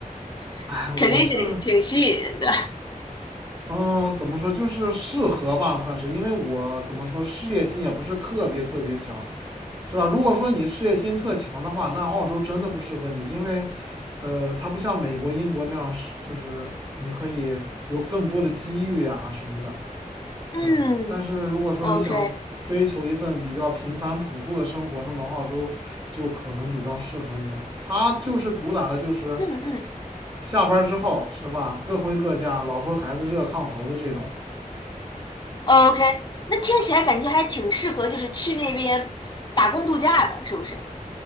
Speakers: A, on the left (about 30°); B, on the right (about 30°).
A: <laughs>
B: 哎，
A: 肯定是挺吸引人的。
B: 我是。嗯，怎么说就是适合吧，算是，因为我怎么说事业心也不是特别特别强，是吧？如果说你事业心特强的话，那澳洲真的不适合你，因为，呃，它不像美国、英国那样是，就是你可以有更多的机遇呀什么的，
A: 嗯
B: 是吧？但是如果说你想追求一份比较平凡朴素的生活，
A: ，OK，
B: 那么澳洲就可能比较适合你了。它就是主打的就是
A: 嗯嗯。
B: 下班之后，是吧？各回各家，老婆孩子热炕头的这种。
A: OK，那听起来感觉还挺适合，就是去那边打工度假的，是不是